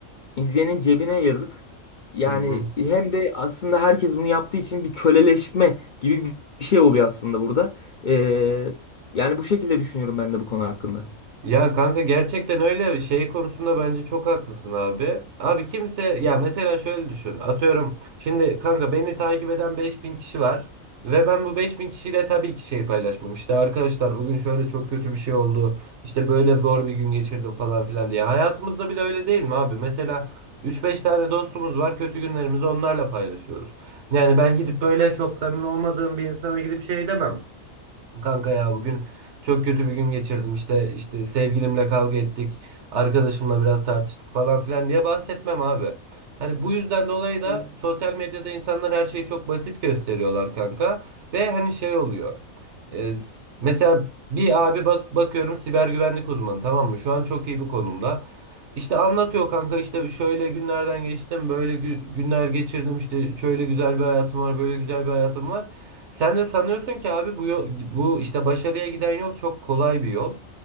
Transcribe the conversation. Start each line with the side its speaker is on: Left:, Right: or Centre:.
Left: İzleyenin cebine yazık. Yani
Right: Hı hı.
Left: hem de aslında herkes bunu yaptığı için bir köleleşme gibi bir bir şey oluyor aslında burada. Ee, yani bu şekilde düşünüyorum ben de bu konu hakkında.
Right: Ya kanka gerçekten öyle şey konusunda bence çok haklısın abi. Abi kimse ya mesela şöyle düşün. Atıyorum şimdi kanka beni takip eden 5000 kişi var ve ben bu 5000 kişiyle tabii ki şey paylaşmam. İşte arkadaşlar bugün şöyle çok kötü bir şey oldu. İşte böyle zor bir gün geçirdim falan filan diye. Hayatımızda bile öyle değil mi abi? Mesela 3-5 tane dostumuz var. Kötü günlerimizi onlarla paylaşıyoruz. Yani ben gidip böyle çok samimi olmadığım bir insana gidip şey demem. Kanka ya bugün çok kötü bir gün geçirdim işte işte sevgilimle kavga ettik arkadaşımla biraz tartıştık falan filan diye bahsetmem abi. Hani bu yüzden dolayı da
Left: Hı,
Right: sosyal medyada insanlar her şeyi çok basit gösteriyorlar kanka ve hani şey oluyor. E, s- mesela bir abi bak bakıyorum siber güvenlik uzmanı tamam mı? Şu an çok iyi bir konumda. İşte anlatıyor kanka işte şöyle günlerden geçtim böyle gü- günler geçirdim işte şöyle güzel bir hayatım var böyle güzel bir hayatım var. Sen de sanıyorsun ki abi bu yol, bu işte başarıya giden yol çok kolay bir yol.